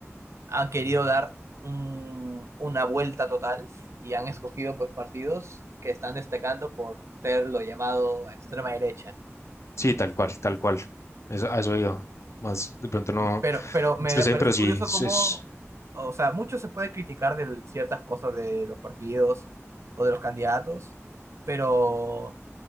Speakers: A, on the right; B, on the left.
A: han querido dar un- una vuelta total y han escogido pues partidos que están destacando por ser lo llamado extrema derecha.
B: sí, tal cual, tal cual. Eso, a eso iba. Más de pronto no
A: Pero, pero me
B: me expresé
A: parece
B: bien, pero sí,
A: curioso
B: es,
A: cómo,
B: es-
A: o sea, mucho se puede criticar de ciertas cosas de los partidos o de los candidatos, pero